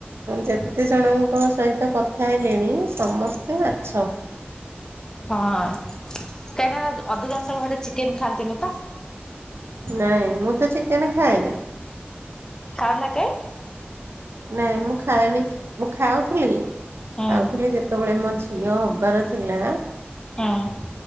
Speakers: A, on the right; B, on the left.
A: ଯେ କେତେ ଜଣଙ୍କ ସହିତ କଥା ହେଲିଣି ସମସ୍ତେ ମାଛ।
B: ହଁ କାହିଁକି ନା ଅଧିକାଂଶ ଘରେ ଚିକେନ ଖାଆନ୍ତିନି ତ।
A: ନାଇଁ ମୁଁ ତ ଚିକେନ ଖାଏନି।
B: ଖାଅ ନା କାଇଁ
A: ନାଇଁ ମୁଁ ଖାଏନି ମୁଁ ଖାଉଥିଲି
B: ହୁଁ
A: ଖାଉଥିଲି ଯେତେବେଳେ ମୋ ଝିଅ ହବାର ଥିଲା।
B: ହୁଁ